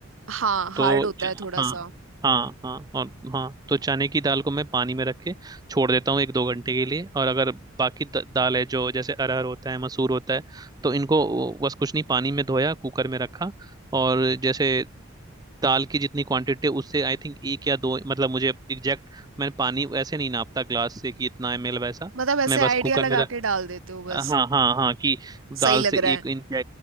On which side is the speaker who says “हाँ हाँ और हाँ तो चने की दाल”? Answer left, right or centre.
Right